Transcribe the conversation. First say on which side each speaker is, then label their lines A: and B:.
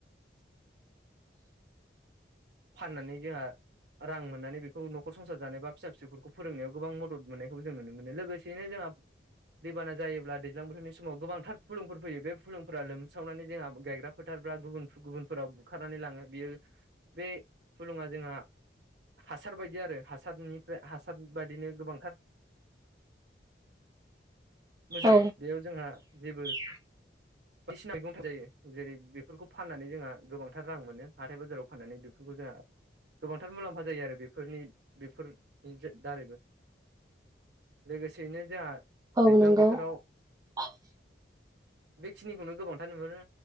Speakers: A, on the right (about 20°); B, on the right (about 70°).
A: <inaudible>
B: फाननानै जोंहा रां मोननानै बेखौ न'खर संसार जानाय बा फिसा फिसौफोरखौ फोरोंनायाव गोबां मदद मोननायखौबो जों नुनो मोनो लोगोसेयैनो जोंहा दैबाना जायोब्ला दैज्लां बोथोरनि समाव गोबांथार फुलुंफोर फैयो बे फुलुंफोरा लोमस्रावनानै जोंहा गायग्रा फोथार <inaudible> गुबुन गुबुनफोराव बुखारनानै लाङो बेयो बे फुलुङा जोंहा हासार बायदि आरो हासारनि ओमफ्राय हासार बादिनो गोबांथार मोजां
A: औ
B: बेयाव जोंहा जेबो
A: <inaudible>
B: बायदिसिना दंथार जायो जेरै बेफोरखौ फाननानै जोंहा गोबांथार रां मोनो हाथाय बाजाराव फाननानै बेफोरखौ जों जोंहा गोबांथार मुलाम्फा जायो आरो बेफोरनि बेफोर दारैबो लोगोसेयैनो जोंहा
A: औ
B: दैज्लां
A: नंगौ
B: बोथोराव
A: <inaudible>
B: बेखिनिखौनो गोबांथार नुहरो